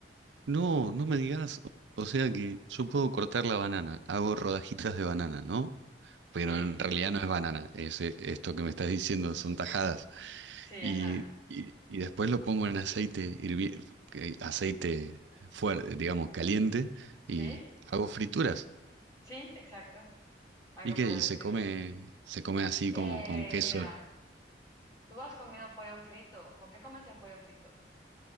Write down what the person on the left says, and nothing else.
¿Sí?
Sí,
ajá.
Sí,
sí, exacto. Algo
por el
estilo.
Eh,
mira, tú has comido pollo frito. ¿Con qué comes el pollo frito?